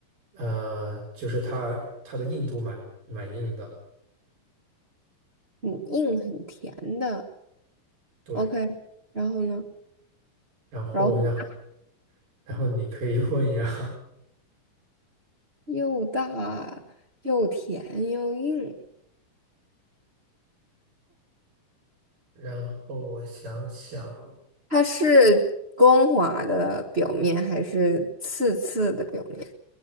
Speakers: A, on the right (about 85°); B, on the right (about 70°).
A: 呃，就是它它的硬度蛮蛮硬的，
B: 很硬很甜的。
A: 对。
B: OK，然后呢？
A: 然后让
B: 然后很大
A: 然后你可以 <laughs> 问呀，
B: 又大又甜又硬，
A: <laughs> 然后我想想，
B: 它是光滑的表面还是刺刺的表面？